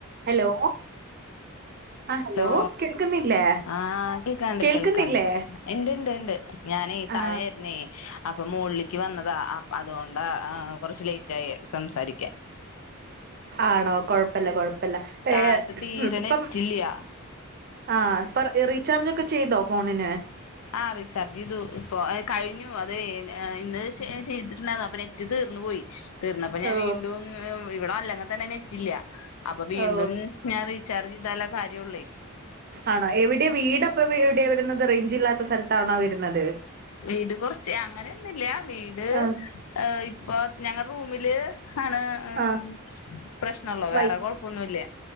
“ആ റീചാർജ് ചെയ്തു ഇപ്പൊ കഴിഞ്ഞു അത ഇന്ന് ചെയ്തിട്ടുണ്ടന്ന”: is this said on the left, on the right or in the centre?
Left